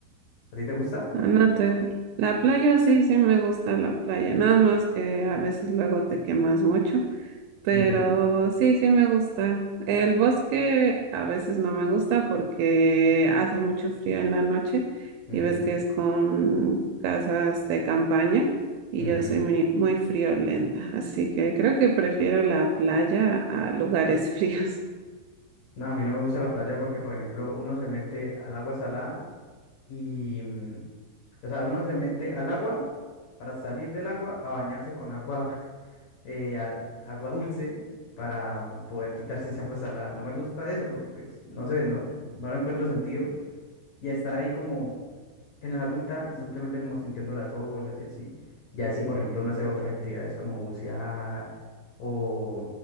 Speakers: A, on the left (about 65°); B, on the right (about 85°).
A: ¿A ti te gusta?
B: Ah, No te... La playa sí, sí me gusta la playa, nada más que a veces luego te quemas mucho Pero
A: Ujú,
B: sí, sí me gusta. El bosque a veces no me gusta porque hace mucho frío en la noche
A: ujú,
B: y ves que es con casas de campaña y
A: ujú.
B: yo soy muy, muy friolenta, así que creo que prefiero la playa a lugares fríos.
A: No, a mí no me gusta la playa porque, por ejemplo, uno se mete al agua salada y, mm, o sea, uno se mete al agua para salir del agua a bañarse con agua, <laughs> eh, a- agua dulce para poder quitarse esa agua salada. No me gusta eso porque, pues, no sé, no, no le encuentro sentido. y estar ahí como en el agüita y simplemente como sintiendo las olas y así. Ya si, por ejemplo, uno hace otras actividades como bucear o